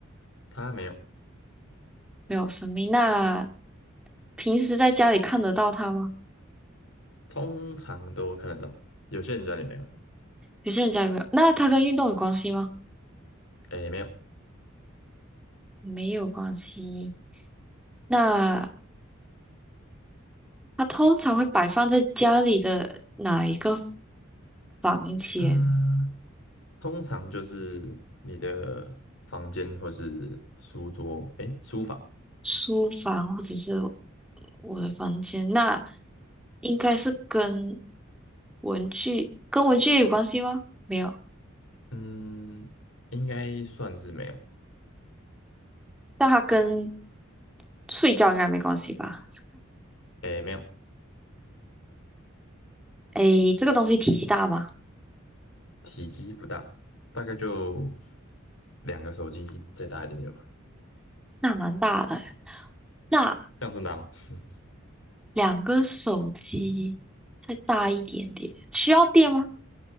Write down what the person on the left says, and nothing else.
他没有，
通常都看得到，有些人家里没有，
诶，没有，
他通常就是你的房间或是书桌，诶，书房，
嗯，应该算是没有，
诶，没有，
体积不大，大概就两个手机再大一点点吧，
这样算大吗？<laughs>